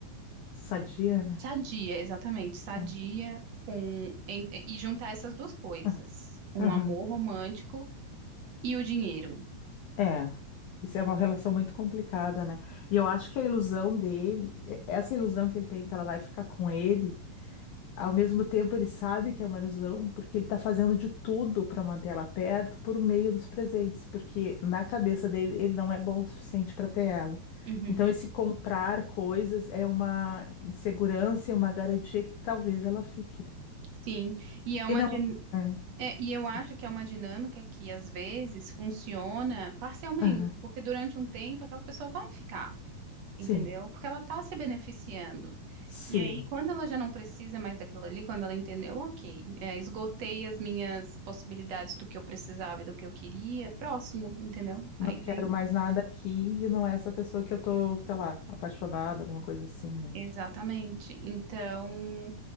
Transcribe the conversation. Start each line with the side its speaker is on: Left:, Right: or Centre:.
Left: Sadia, né?
Right: Sadia, exatamente, sadia
Left: É.
Right: com em- e juntar essas duas coisas,
Left: Ah,
Right: um
Left: Aham.
Right: amor romântico e o dinheiro.
Left: É, isso é uma relação muito complicada, né? E eu acho que a ilusão dele, eh, essa ilusão que ele tem que ela vai ficar com ele, ao mesmo tempo ele sabe que é uma ilusão, porque ele tá fazendo de tudo para manter ela perto por meio dos presentes, porque na cabeça dele ele não é bom o suficiente para ter ela.
Right: Uhum,
Left: Então esse comprar coisas é uma insegurança e uma garantia que talvez ela fique, né?
Right: sim, e é uma
Left: E não,
Right: din-
Left: é,
Right: é, e eu
Left: desculpa.
Right: acho que é uma dinâmica que às vezes funciona parcialmente,
Left: Aham.
Right: porque durante um tempo aquela pessoa vai ficar,
Left: Sim,
Right: entendeu? Porque ela está se beneficiando.
Left: sim.
Right: E aí, quando ela já não precisa mais daquilo ali, quando ela entendeu, ok, é, esgotei as minhas possibilidades do que eu precisava e do que eu queria, próximo, entendeu?
Left: Não
Right: Aí
Left: quero
Right: vem
Left: mais nada aqui e não é essa pessoa que eu tô, sei lá, apaixonada, alguma coisa assim, né?
Right: Exatamente. Então,